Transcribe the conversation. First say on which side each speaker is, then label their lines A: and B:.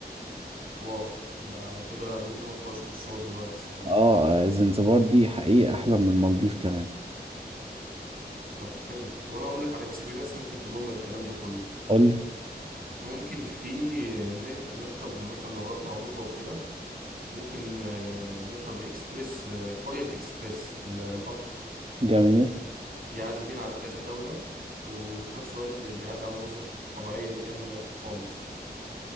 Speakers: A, on the right; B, on the right.
A: واو ده كده أنا لازم أدخل أشوف الصور دلوقتي الصراحة
B: اه زنزبار دي حقيقة احلى من المالديف كمان
A: طب حلو طب أنا أقول لك على اكسبيرينس ممكن تضم الكلام ده كله
B: قولي
A: ممكن في نرك- نركب مثلا لو رحنا أوروبا وكده ممكن آه، نركب إكسبريس آه، أورينت إكسبريس ال- القطر
B: جميل
A: يعدي بينا على كذا دولة وفي نفس الوقت بيعدي على مناظر طبيعية جامدة خالص